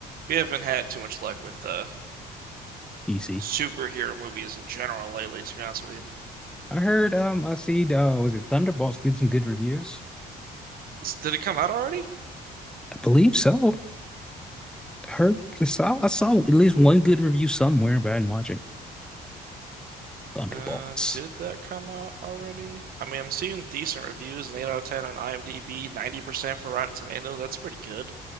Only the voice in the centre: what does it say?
DC.
I heard, um, I see, uh, was it Thunderbolts did some good reviews?
I believe so. I heard, I saw, I saw at least one good review somewhere, but I didn't watch it. Thunderbolts.